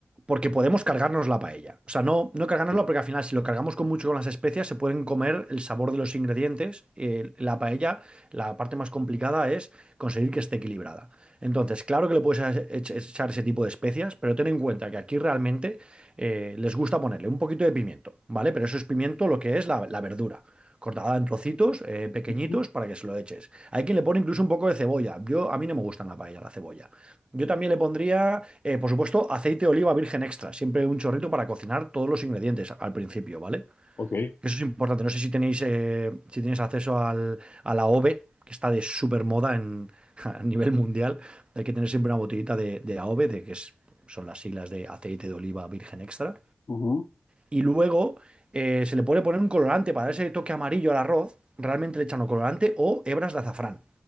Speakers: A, on the right; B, on the left.
A: porque podemos cargarnos la paella. O sea, no, no cargárnosla
B: ok,
A: porque al final si lo cargamos con mucho con las especias se pueden comer el sabor de los ingredientes. Eh, la paella, la parte más complicada es conseguir que esté equilibrada. Entonces, claro que le puedes ech- ech- echar ese tipo de especias, pero ten en cuenta que aquí realmente eh, les gusta ponerle un poquito de pimiento, ¿vale? Pero eso es pimiento lo que es la, la verdura. Cortada en trocitos eh, pequeñitos
B: Ujú.
A: para que se lo eches. Hay quien le pone incluso un poco de cebolla. Yo, a mí no me gustan la paella, la cebolla. Yo también le pondría, eh, por supuesto, aceite de oliva virgen extra, siempre un chorrito para cocinar todos los ingredientes al principio, ¿vale?
B: Ok,
A: Eso es importante. No sé si tenéis, eh, si tenéis acceso al, a la AOVE, que está de súper moda en, <laughs> a nivel mundial. Hay que tener siempre una botellita de, de AOVE, de que es- son las siglas de aceite de oliva virgen extra.
B: ujú.
A: Y luego eh, se le puede poner un colorante para ese toque amarillo al arroz. Realmente le echan o colorante o hebras de azafrán.